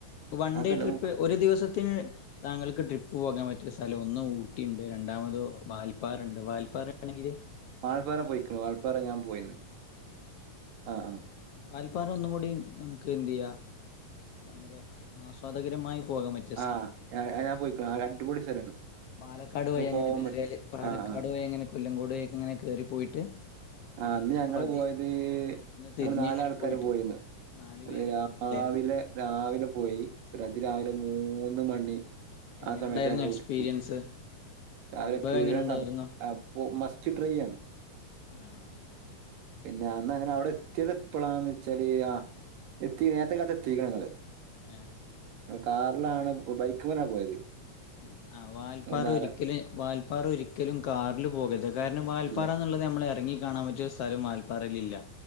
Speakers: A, on the left (about 75°); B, on the right (about 75°).
A: വൺഡേ
B: അതല്ല
A: ട്രിപ്പ്
B: ഉ
A: ഒരു ദിവസത്തിന് താങ്കൾക്ക് ട്രിപ്പ് പോകാൻ പറ്റിയ സ്ഥലം ഒന്ന് ഊട്ടിണ്ട്, രണ്ടാമത് വാൽപ്പാറണ്ട് വാൽപ്പാറ ആണെങ്കില്
B: വാൽപ്പാറ പോയിക്ക്ണ് വാൽപ്പാറ ഞാൻ പോയിണ് ആഹ് ആഹ്
A: വാൽപാറ ഒന്നും കൂടി നമുക്ക് എന്ത് ചെയ്യാം ഭയങ്കര ആസ്വാദകരമായി പോകാൻ പറ്റും
B: ആഹ് അഹ് ഞാൻ പോയിക്ക്ണ് അത് അടിപൊടി സ്ഥലാണ്.
A: പാലക്കാട്
B: നമുക്ക്
A: വഴി അങ്ങനെ
B: പോവാൻ
A: കേറിയാല്
B: പറ്റും.
A: പാലക്കാട്
B: ആ ആ
A: പോയി അങ്ങനെ കൊല്ലങ്കോട് വഴി ഒക്കെ ഇങ്ങനെ കേറി പോയിട്ട്.
B: ആഹ്
A: നെല്ലിയാമ്പതി
B: അന്ന് ഞങ്ങള് പോയത്
A: റൂട്ടിന്ന്
B: ഞങ്ങള്
A: തിരിഞ്ഞ്
B: നാലാൾക്കാര്
A: അങ്ങനെ പോയിട്ട്
B: പോയത്
A: നാലു
B: അത്
A: പേര്
B: രാവി
A: പോയിന്നല്ലേ
B: ലെ രാവിലെ പോയി ഒര് അതി രാവിലെ മൂന്ന് മണി.
A: എങ്ങനെ
B: ആ സമയത്ത്
A: ഉണ്ടായിരുന്നു
B: ഞങ്ങള്
A: എക്സ്പീരിയൻസ്
B: <unintelligible> രാവിലെ
A: അനുഭവം
B: <unintelligible>
A: എങ്ങനെ ഉണ്ടായിരുന്നു
B: ഓഹ് മസ്റ്റ് ട്രൈയാണ്.
A: ആഹ്
B: പിന്നെ അന്ന് അങ്ങനെ അവിടെ എത്തിയത് എപ്പളാന്ന് വെച്ചാല് ആ എത്തി നേരത്തെ കാലത്തെ എത്തീക്ക്ണ് ഞങ്ങള്
A: ഏഹ്
B: ഞങ്ങള് കാറിലാണ് ബൈക്ക്മ്മല പോയത്
A: ഉം ആഹ് വാൽപ്പാറ
B: ഞങ്ങള് നേര
A: ഒരിക്കലും വാൽപ്പാറ ഒരിക്കലും കാറിൽ പോകരുത് കാരണം വാൽപ്പാറ
B: ഇല്ല.
A: എന്നുള്ളത് നമ്മൾ എറങ്ങി കാണാൻ പറ്റിയ സ്ഥലം വാൽപ്പാറയിലില്ല